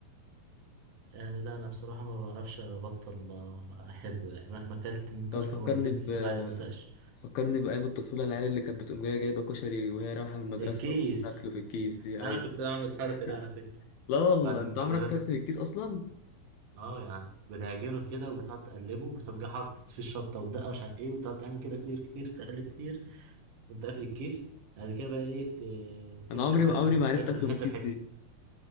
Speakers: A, on the right; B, on the left.
A: يعني لا انا بصراحه ما بعرفش ابطل آه، احبه يعني مهما اكلت ممكن
B: طب فكرني
A: اكله مرتين
B: ب
A: في اليوم عادي ما ازهقش
B: فكرني بايام الطفوله العيال اللي كانت بتقوم جايه جايبه كشري وهي رايحه من المدرسه
A: الكيس
B: وتاكله في الكيس دي
A: انا
B: ايوه
A: كنت بعمل الحركه
B: <laughs>
A: دي على فكره
B: لا والله
A: بعد
B: انت
A: المدرسه
B: عمرك اكلت من الكيس اصلا
A: اه يا عم بتعجنه كده وبتقعد تقلبه وبتقوم جاي حاطط فيه الشطه والدقه ومش عارف ايه وتقعد تعمل كده كتير كتير تقلب كتير وانت قافل الكيس بعد كده بقى ايه ت-
B: انا
A: تفتح
B: عمري
A: بقى
B: عمري
A: وتاكل
B: ما عرفت اكله
A: حته
B: من الكيس
A: بحته
B: دي